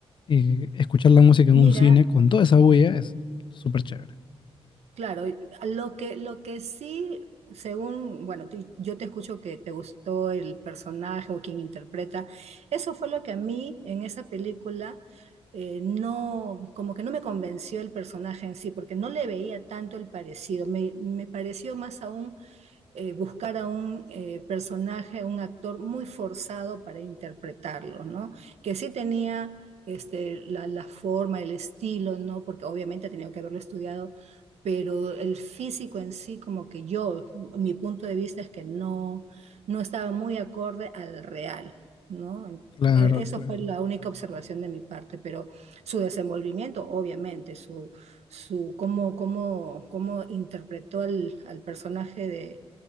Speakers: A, on the left; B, on the right.
A: eh, escuchar la música en
B: Mira,
A: un cine con toda esa bulla es súper chévere.
B: Claro, y lo que, lo que sí, según, bueno, tú- yo te escucho que te gustó el personaje o quien interpreta, eso fue lo que a mí en esa película eh, no, como que no me convenció el personaje en sí, porque no le veía tanto el parecido, me, me pareció más aún eh, buscar a un eh, personaje, a un actor muy forzado para interpretarlo, ¿no? Que sí tenía este, la, la forma, el estilo, ¿no? Porque obviamente ha tenido que haberlo estudiado, pero el físico en sí, como que yo, mi punto de vista es que no, no estaba muy acorde al real, ¿no?
A: Claro,
B: Eh, Eso
A: claro.
B: fue la única observación de mi parte, pero su desenvolvimiento, obviamente, su, su cómo, cómo, cómo interpretó al, al personaje de,